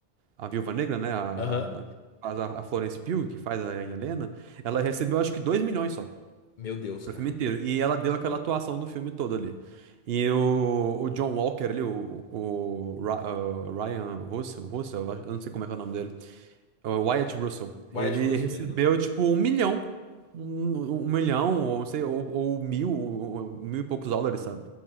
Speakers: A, on the right (about 70°); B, on the left (about 55°).
A: a Viúva Negra, né? A,
B: Aham.
A: a, faz a, a Florence Pugh, que faz a a Helena, ela recebeu acho que 2 milhões só
B: Meu Deus,
A: pro
B: cara.
A: filme inteiro. E ela deu aquela atuação do filme todo ali. E o, o John Walker ali, o, o, Ra- ah, Ryan Russell, Russell, eu não sei como é que é o nome dele. É O Wyatt Russell. Ele
B: Wyatt Russell,
A: recebeu,
B: ele não.
A: tipo, um milhão. Um, um milhão, ou não sei, ou, ou mil, ou- mil e poucos dólares, sabe?